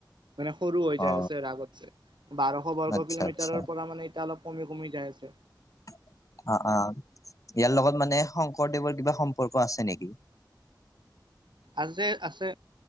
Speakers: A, on the right (about 80°); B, on the left (about 45°).
A: মানে সৰু হৈ যায়
B: অ
A: আছে আগতছে। বাৰশ বৰ্গ
B: আচ্ছা
A: কিলোমিটাৰৰ
B: আচ্ছা
A: পৰা মানে এতিয়া অলপ কমি কমি যায় আছে।
B: <inaudible> অ অ ইয়াৰ লগত মানে শংকৰদেৱৰ কিবা সম্পৰ্ক আছে নেকি? <inaudible>
A: আছে আছে